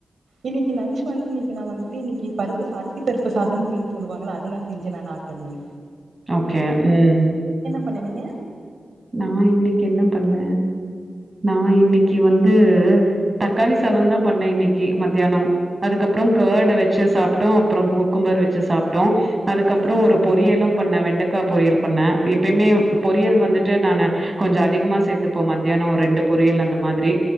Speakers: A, on the right; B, on the right.
A: இன்னைக்கு லன்ச் வந்து இன்னைக்கு நான் வந்துட்டு இன்னைக்கு பருப் அரிசி தருப்பு சாதம்னு சொல்லி சொல்லுவாங்களா அது நான் செஞ்சே நான் ஆப்டர்நூன்
B: ஓகே உம்
A: பண்ண நீங்க
B: நான் இன்னைக்கு என்ன பண்ணேன் நான் இன்னைக்கு வந்தூ தக்காளி சாதம் தான் பண்ணேன் இன்னைக்கு மத்யானம் அதுக்கப்பறம் கர்ட வச்சு சாப்ப உ அப்புறம் கூக்கும்ம்பர் வச்சு சாப்பிட்டோன் அதுக்கப்புறம்
A: ஓகே
B: ஒரு
A: ஓகே
B: பொரியலும் பண்ணே வெண்டக்கா பொரியல் பண்ணேன் எப்பயுமே பொறியல் வந்துட்டு நானு கொஞ்சம் அதிகமா சேர்த்துப்போம் மத்யானம் ஒரு ரெண்டு பொரியல் அந்த மாதிரி